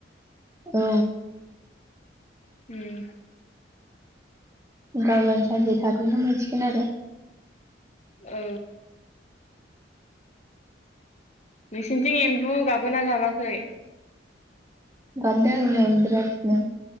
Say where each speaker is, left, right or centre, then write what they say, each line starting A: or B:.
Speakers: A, on the right (about 15°); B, on the left (about 35°).
A: औ।
B: उम।
A: गाबोन सानसे थारैनो मोनसिगोन आरो।
B: औ। नोंसिनिथिं एम्बु गाबगोना गाबाखै
A: गाबदों नै बिरादनो